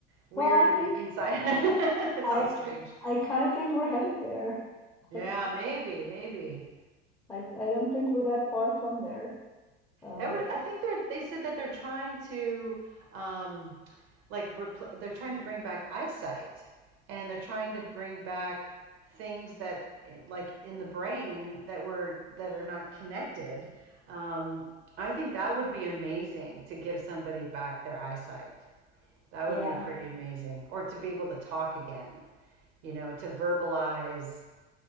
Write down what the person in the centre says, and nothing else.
Well, I
think
I
I kind of think we're headed there.
I,
I I don't think we're that far from there. Um,
yeah,